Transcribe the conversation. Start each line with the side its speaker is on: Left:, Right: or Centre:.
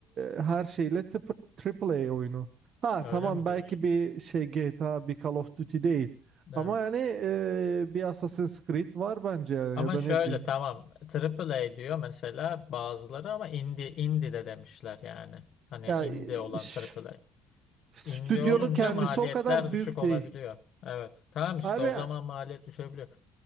Right: e, her şeyle tıp- Triple A oyunu. Ha
Left: Öyle
Right: tamam
Left: mi
Right: belki
Left: diyorsun?
Right: bir şey GTA bir Call of Duty değil.
Left: Evet.
Right: Ama yani e, bir Assassin's Creed var bence yani,
Left: Ama
Right: ya da
Left: şöyle
Right: ne bileyim.
Left: tamam AAA diyor mesela bazıları ama indie indie de demişler yani. Hani
Right: Ya
Left: indie
Right: e,
Left: olan
Right: ş-
Left: AAA.
Right: stüdyonun
Left: İndi olunca
Right: kendisi
Left: maliyetler
Right: o kadar
Left: düşük
Right: büyük
Left: olabiliyor.
Right: değil.
Left: Evet. Tamam işte
Right: Abi
Left: o zaman maliyet düşebiliyor.